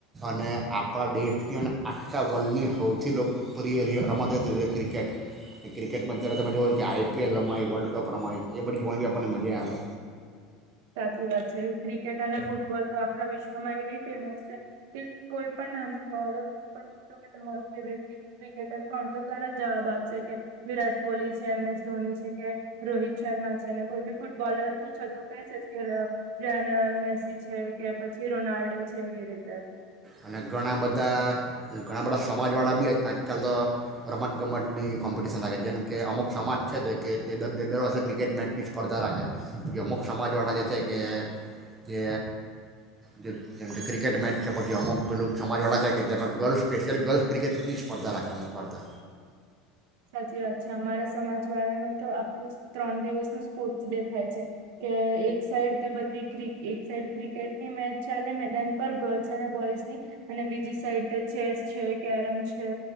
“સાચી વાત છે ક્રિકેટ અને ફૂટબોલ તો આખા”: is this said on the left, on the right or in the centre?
Right